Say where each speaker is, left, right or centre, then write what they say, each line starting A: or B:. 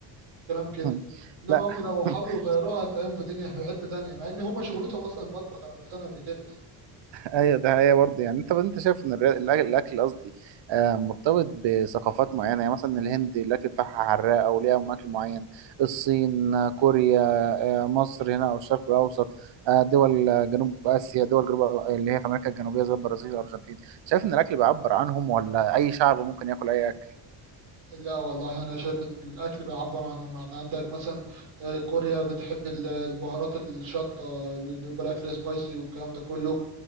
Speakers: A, on the right; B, on the right.
A: كلام كده
B: <laughs>
A: انما
B: لا
A: هم لو حاولوا
B: <laughs>
A: يغيروها هتلاقيهم في دنيا في حته تانية مع ان هم شغلتهم اصلا المطبخ انا مقتنع بكده
B: ايوه ده هي برضه يعني انت انت شايف ان الر- الأ- الاكل قصدي آه، مرتبط بثقافات معينه يعني مثلا الهند الاكل بتاعها حراق او ليها اكل معين الصين آه، كوريا آه، مصر هنا او الشرق الاوسط آه، دول آه، جنوب اسيا دول جنوب آه، اللي هي في امريكا الجنوبيه زي البرازيل والارجنتين شايف ان الاكل بيعبر عنهم ولا اي شعب ممكن ياكل اي اكل
A: لا والله انا شايف ان الاكل بيعبر عنهم يعني عندك مثلا آه، كوريا بتحب ال- البهارات الشطه اللي بيبقى الاكل سبايسي والكلام ده كله